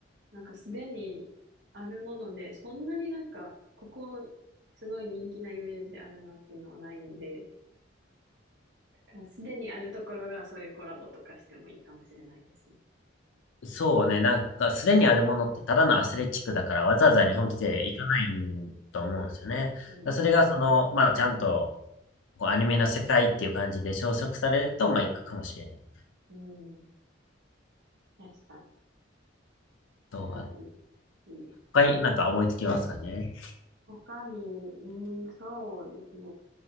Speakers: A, on the right; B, on the left.
A: なんかすでにあるもので、そんなになんか、ここすごい人気なイメージあるなっていうのはないんで、だからすでにあるところがそういうコラボとかしてもいいかもしれないですね。
B: そうね、なんか、すでにあるものってただのアスレチックだから、わざわざ日本来て行かない
A: うん。
B: と思うんですよね。だからそれが、
A: うん、うん、
B: その、まあ、ちゃんと、こう、アニメの世界っていう感じで消息されると、まあ、行くかもしれない。
A: うん。うん。確かに。
B: と、
A: それはい
B: あ
A: い、いいです。
B: 他になんか思いつきますかね。
A: 他に、うん、そうですね。